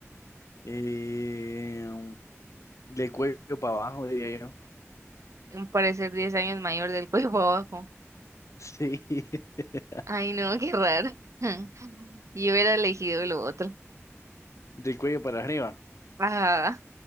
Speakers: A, on the left; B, on the right.
A: Eh, Del cuello para abajo, diría yo.
B: Parecer diez años mayor del cuello para abajo.
A: Sí, <laughs>
B: Ay, no, qué raro. <laughs> Yo hubiera elegido lo otro.
A: del cuello para arriba.
B: Ajá.